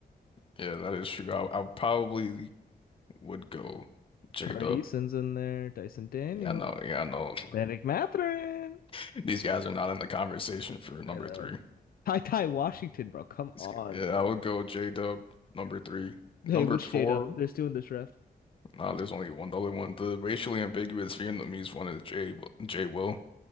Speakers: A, on the left; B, on the left.
A: yeah. That is true. I, I probably would go J
B: Tari
A: Dub.
B: Eason's in there, Dyson Daniels,
A: Yeah, I know. yeah, I know.
B: Vanek Mathurin.
A: <laughs> These guys are not in the conversation for number
B: I know.
A: three.
B: Ty Ty Washington, bro. Come
A: These
B: on,
A: g- Yeah,
B: bro.
A: I would go J Dub number three.
B: Hey,
A: Number
B: which
A: four.
B: J-Dub? There's two in this draft.
A: No, there's only one. The only one. The racially ambiguous Vietnamese one is J J Will. They